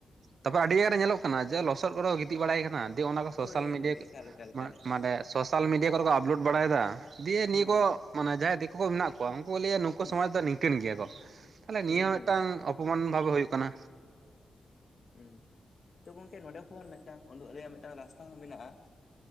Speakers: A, on the right (about 55°); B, on the left (about 45°).
A: ᱛᱚᱯᱮ ᱟᱹᱰᱤ ᱜᱟᱱ ᱨᱮ ᱧᱮᱞᱚᱜ ᱠᱟᱱᱟ ᱡᱮ ᱞᱚᱥᱚᱫ ᱠᱚᱨᱮ ᱠᱚ ᱜᱤᱛᱤᱡ ᱵᱟᱲᱟᱭ ᱠᱟᱱᱟ᱾ ᱡᱩᱫᱤ ᱚᱱᱟ ᱠᱚ
B: ᱦᱳᱭ
A: ᱥᱳᱥᱟᱞ
B: ᱦᱳᱭ
A: ᱢᱤᱰᱤᱭᱟ
B: ᱜᱚᱝᱠᱮ ᱮᱠᱟᱞ ᱮᱠᱟᱞ ᱮᱠᱟᱞ ᱮᱠᱟᱞ
A: ᱢᱟᱱᱮ ᱥᱳᱥᱟᱞ ᱢᱤᱰᱤᱭᱟ ᱠᱚᱨᱮ ᱠᱚ ᱟᱯᱞᱳᱰ ᱵᱟᱲᱟᱭᱮᱫᱟ᱾ ᱫᱤᱭᱮ
B: ᱦᱩᱸ
A: ᱱᱤᱭᱟᱹ ᱠᱚ
B: ᱦᱩᱸ
A: ᱢᱟᱱᱮ ᱡᱟᱦᱟᱸᱭ ᱫᱤᱠᱩ ᱠᱚ ᱢᱮᱱᱟᱜ ᱠᱚᱣᱟ ᱩᱱᱠᱩ ᱞᱟᱹᱭᱟ ᱱᱩᱠᱩ
B: ᱦᱩᱸ
A: ᱥᱚᱢᱟᱡ ᱫᱚ ᱱᱤᱝ ᱠᱟᱹᱤᱱ ᱜᱮᱭᱟ ᱠᱚ ᱛᱟᱦᱚᱞᱮ
B: ᱦᱩᱸ
A: ᱱᱤᱭᱟᱹ
B: ᱦᱩᱸ
A: ᱢᱤᱫᱴᱟᱝ
B: ᱦᱩᱸ
A: ᱚᱯᱚᱢᱟᱱ ᱵᱷᱟᱵᱮ ᱦᱩᱭᱩᱜ ᱠᱟᱱᱟ᱾
B: ᱦᱩᱸ ᱛᱚ ᱜᱚᱢᱠᱮ ᱱᱚᱸᱰᱮ ᱠᱷᱚᱱ ᱢᱤᱫᱴᱟᱝ ᱩᱱᱰᱩᱜ ᱨᱮᱭᱟᱜ ᱢᱤᱫᱴᱟᱝ ᱨᱟᱥᱛᱟ ᱦᱚᱸ ᱢᱮᱱᱟᱜᱼᱟ᱾